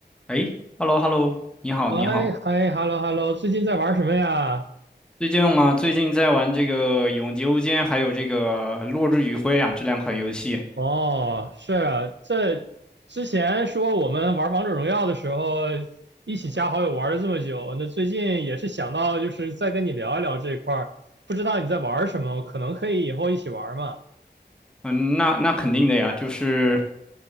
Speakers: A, in the centre; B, on the right.
A: 哎，hello hello，你好你好，
B: 哎，嗨，hello hello，最近在玩什么呀？
A: 最近嘛，最近在玩这个《永劫无间》还有这个《落日余晖》啊，这两款游戏。
B: 哦，是啊，这之前说我们玩王者荣耀的时候，一起加好友玩了这么久，那最近也是想到就是再跟你聊一聊这一块儿，不知道你在玩什么，可能可以以后一起玩嘛。
A: 嗯，那那肯定的呀，就是